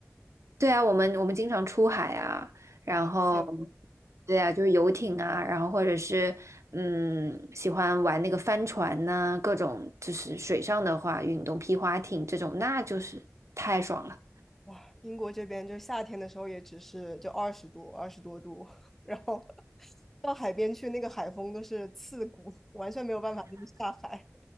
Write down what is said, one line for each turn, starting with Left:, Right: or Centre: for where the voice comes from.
Right: 对啊，我们我们经常出海啊，然后
Centre: 好羡慕。
Right: 对啊，就是游艇啊，然后或者是嗯，喜欢玩那个帆船呐、各种就是水上的话，运动皮划艇这种，那就是太爽了。
Centre: 哇，英国这边就夏天的时候也只是就二十度、二十多度，<laughs> 然后到海边去，那个海风都是刺骨，完全没有办法就是下海。